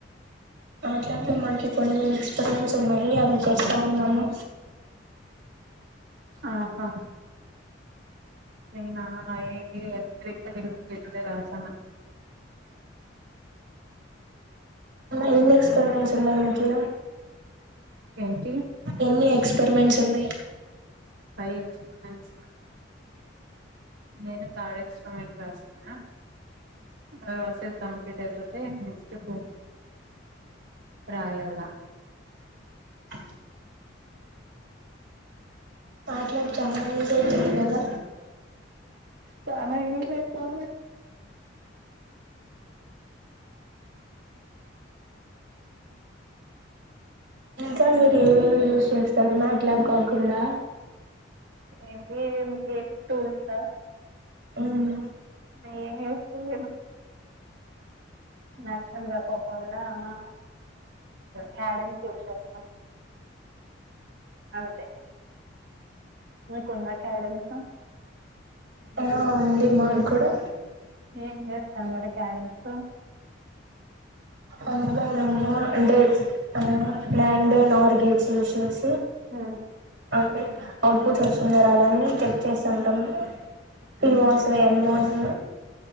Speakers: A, on the right; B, on the right.
A: మ్యాట్లాక్ మంచిది కొంచెం ఎక్స్పరిమెంట్స్ ఉన్నాయి అది చేస్తా ఉన్నాను
B: ఆహా నేన ఏది క్రిటికల్ ఉంటే రాశాను
A: ఏం ఎక్స్పెరిమెంట్స్ ఉన్నాయి మీకీ
B: ఏంటి
A: ఎన్ని ఎక్స్పెరిమెంట్స్ ఉన్నాయి
B: ఫై ఎక్స్పీరియన్స్ నేను థాడ్ ఎక్స్పరిమెంట్ రాస్తాను ఆ సెట్లా కంప్లీట్ అయిపోతే నెక్స్ట్ పో ప్రయాల
A: అ మాట్లాడ్చామా నజ తెలిగదా
B: చానా యూస్ అయ్యతుంది
A: సార్ మీరు ఏవేమి యూస్ చేస్తారు మాట్లాడు కాకుండా
B: ఎ బబి టూల్స్
A: మ్మ్
B: ఆ ఏమి యూస్ ఫుల్ <unintelligible> క్యాడన్ శిక్షాస్తం అంతే మీకుందా క్యాడమ్స్
A: ఆ ఉంది మాకు కూడా
B: ఏం చేస్తాను మరి క్యారెంస్
A: అన్నదన్న అంటే <unintelligible>
B: లో
A: తే అవుట్పుట్స్ వస్తుందా రాదా అని చెక్ చేస్తాంటం. పీమోసు ఎన్మోసు